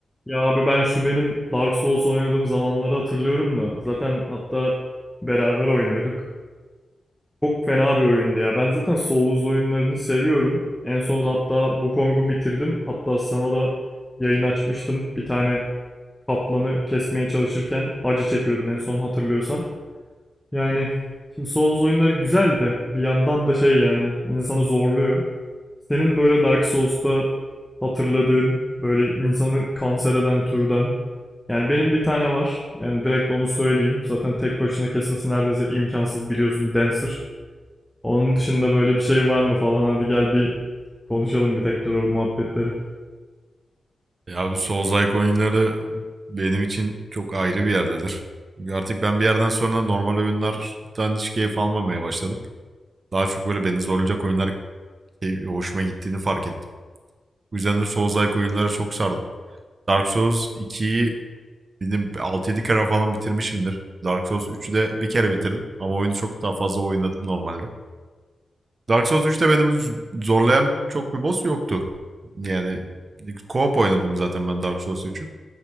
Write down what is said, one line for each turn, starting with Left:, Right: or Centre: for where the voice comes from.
Centre: Ya abi ben şu benim Dark Souls oynadığım zamanları hatırlıyorum da zaten hatta beraber oynuyorduk. Çok fena bir oyundu ya. Ben zaten Souls oyunlarını seviyorum. En son hatta Wukong'u bitirdim. Hatta sana da yayın açmıştım. Bir tane kaplanı kesmeye çalışırken acı çekiyordum en son hatırlıyorsan. Yani şimdi Souls oyunları güzel de bir yandan da şey yani insanı zorluyor. Senin böyle Dark Souls'ta hatırladığın böyle insanı kanser eden türden. Yani benim bir tane var. Yani direkt onu söyleyeyim. Zaten tek başına kesmesi neredeyse imkansız biliyorsun Dancer. Onun dışında böyle bir şey var mı falan hadi gel bir konuşalım bir tekrar o muhabbetleri.
Right: Ya bu Souls-like oyunları benim için çok ayrı bir yerdedir. Artık ben bir yerden sonra normal oyunlardan hiç keyif almamaya başladım. Daha çok böyle beni zorlayacak oyunlar key- hoşuma gittiğini fark ettim. Bu yüzden de Souls-like oyunlara çok sardım. Dark Souls 2'yi benim 6 yedi kere falan bitirmişimdir. Dark Souls 3'ü de bir kere bitirdim ama oyunu çok daha fazla oynadım normalde. Dark Souls 3'te beni z- zorlayan çok bir boss yoktu. Yani e, co-op oynadım zaten ben Dark Souls 3'ü.